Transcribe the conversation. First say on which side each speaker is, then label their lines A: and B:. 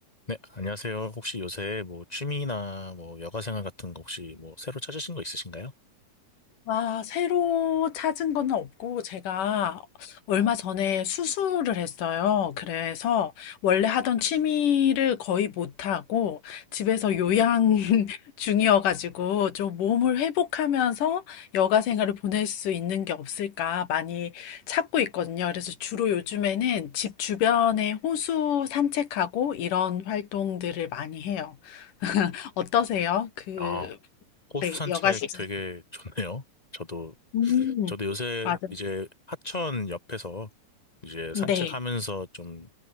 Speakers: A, on the left; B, on the left.
A: 네, 안녕하세요. 혹시 요새 뭐 취미나 뭐 여가 생활 같은 거 혹시 뭐 새로 찾으신 거 있으신가요?
B: 아, 새로 찾은 건 없고, 제가 얼마 전에 수술을 했어요. 그래서 원래 하던 취미를 거의 못하고, 집에서 요양 <laughs> 중이어가지고, 좀 몸을 회복하면서 여가 생활을 보낼 수 있는 게 없을까 많이 찾고 있거든요. 그래서 주로 요즘에는 집 주변에 호수 산책하고 이런 활동들을 많이 해요. 어떠세요? 그,
A: 아, 호수
B: 네,
A: 산책
B: 여가 시즌.
A: 되게 좋네요. 저도
B: 음,
A: 저도 요새
B: 맞아요.
A: 이제 하천 옆에서 이제
B: 네.
A: 산책하면서 좀